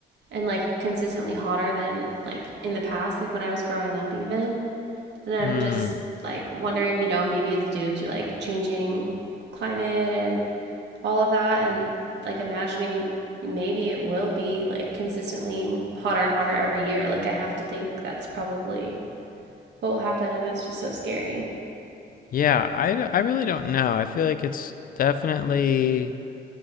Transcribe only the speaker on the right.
and like consistently hotter than like in the past, like when I was growing up, even. And I'm
just like wondering, you know, maybe it's due to like changing climate and all of that and like imagining maybe it will be like consistently hotter and hotter every year. Like I have to think that's probably what will happen and that's just so scary.